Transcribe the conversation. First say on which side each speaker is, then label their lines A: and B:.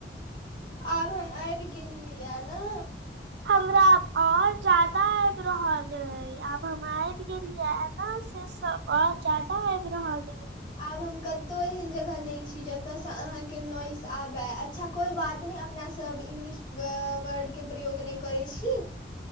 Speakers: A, on the left; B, on the right.
A: आब हम आबि गेलियैए ने
B: हमरा आब और जादा आबि रहल ऐ आब हम आबि गेलिये न से स बाउ ज्यादा आबि रहल हे
A: आब हम कतो एहन जगह नहि छी जतय से अहाँके नॉइस आबय अच्छा कोइ बात नै अपना सब इंग्लिश वर्ड के प्रयोग नय करै छी